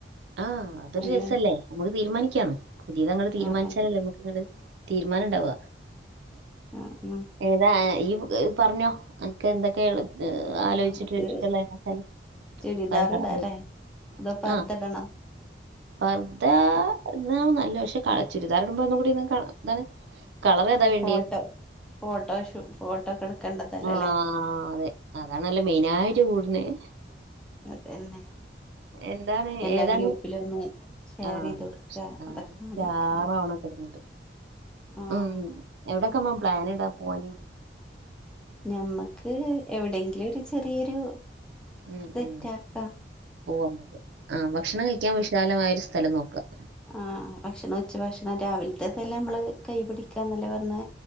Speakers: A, on the right; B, in the centre.
A: ആഹ് അതൊരു
B: അങ്ങനെ
A: രസല്ലേ നമുക്ക് തീരുമാനിക്കാം പുതിയതങ്ങട് തീരുമാനിച്ചാലല്ലേ
B: ആ ആ
A: നമുക്കങ്ങട് തീരുമാനം ഉണ്ടാവ
B: ആ ആ
A: ഏതാ ഈ പറഞ്ഞോ എനക്ക് എന്തൊക്കെയ ആലോചിച്ചിട്ട്
B: നമുക്ക്
A: ഇഷ്ട്ടുള്ളതെതാച്ചാല്
B: ചുരിദാർ
A: <unintelligible>
B: ഇടാല്ലേ അതോ പർദ്ദ
A: ആ
B: ഇടണോ
A: പർദ ഇടണാണ് നല്ല അല്ല പക്ഷെ കള ചുരിദാർടുമ്പോന്നും കൂടി ഇതാണ് കളർ ഏതാ വേണ്ടിയ
B: ഫോട്ടോ ഫോട്ടോ ഷൂ ഫോട്ടോ ഒക്കെ എടുക്കേണ്ടതല്ലേ
A: ആഹ
B: അല്ലേ
A: അതെ അതാണ നല്ല മെയിനായിട്ട് കൂടുന്നത്.
B: അതന്നെ
A: എന്താണ്
B: എല്ലാ
A: ഏതാണ്
B: ഗ്രൂപ്പിലും ഒന്ന് ഷെയർ
A: ആഹ്
B: ചെയ്ത് കൊടുക്കുക
A: ആഹ്
B: അതൊക്കെ
A: സ്റ്റാറാവണം
B: വേണ്ടിട്ടല്ലേ
A: കിടന്നിട്ട്
B: ആ
A: ഉം എവിടൊക്കെമ്മ പ്ലൻ ഇടാ പോവാൻ
B: ഞമ്മക്ക് എവിടെയെങ്കിലും ഒരു ചെറിയൊരു
A: ഉം
B: സെറ്റ്
A: ഉം
B: ആക്ക
A: പോവാ നമുക്ക് ആ ഭക്ഷണം കഴിക്കാൻ വിശാലമായ ഒരു സ്ഥലം നോക്കാം.
B: ആഹ ഭക്ഷണം ഉച്ച ഭക്ഷണം രാവിലത്തെ തല്ലെ നമ്മള് കൈ പിടിക്കാന്നല്ലേ പറഞ്ഞ